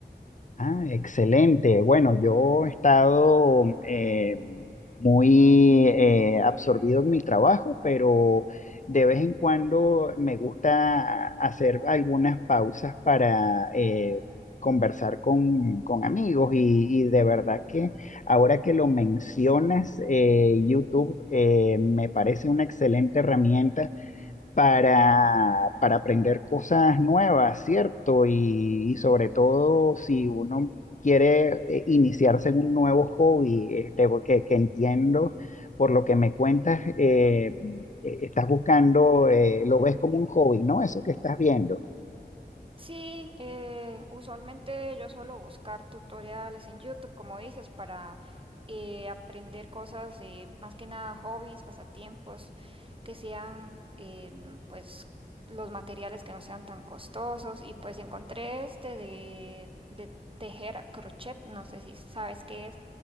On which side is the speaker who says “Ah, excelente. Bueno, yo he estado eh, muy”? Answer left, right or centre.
Left